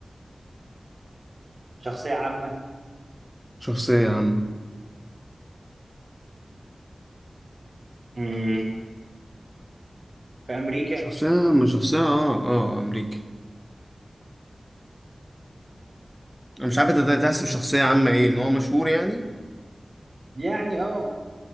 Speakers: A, on the right; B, in the centre.
A: شخصية عامة
B: شخصية عامة
A: مم، في امريكا
B: شخصية عامة شخصية اه اه أمريكي أنا مش عارف أنت ده تحسب شخصية عامة إيه إن هو مشهور يعني
A: يعني اه